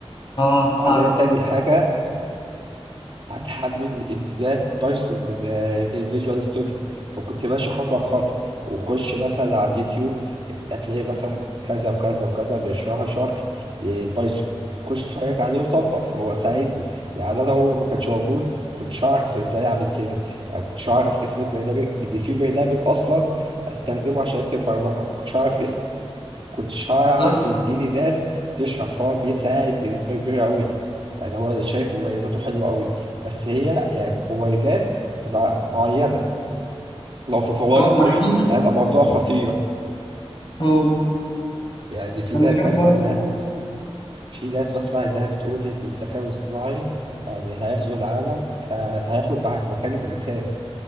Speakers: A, on the left; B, on the right.
A: اه
B: بعدها
A: عارف
B: تاني حاجة هتحمل امتدادات بايثون من الفيجوال ستوديو فكنت ماشي خطوه بخطوه وخش مثلا على اليوتيوب هتلاقي مثلا كذا وكذا وكذا بيشرحوا شرح للبايثون خش اتفرج عليه وطبق فهو ساعدني يعني انا هو ما كانش موجود كنتش اعرف ازاي اعمل كده يعني كنتش اعرف اسم البرنامج ان في برنامج اصلا استخدمه عشان اكتب برمجه كنتش اعرف اسمه كنتش هعرف
A: بالظبط
B: يديني ناس تشرح فهو بيساعد بنسبة كبيرة أوي يعني هو شايف مميزاته حلوة أوي بس هي يعني مميزات تبقى معينة لو تطورت
A: اه محدوده
B: أوي هيبقى موضوع خطير
A: اه
B: يعني في
A: انا
B: ناس
A: شايف
B: بسمع
A: برضو
B: ده في ناس بسمع إنها بتقول إن الذكاء الاصطناعي يعني هيغزو العالم ك- هياخد مع- مكان الإنسان